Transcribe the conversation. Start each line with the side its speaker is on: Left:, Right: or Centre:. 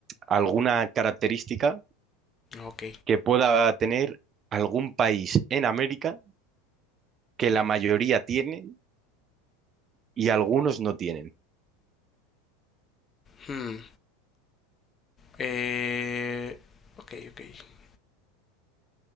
Right: alguna característica
Left: Ok.
Right: que pueda tener algún país en América que la mayoría tienen y algunos no tienen.
Left: Hmm, eh, ok, ok.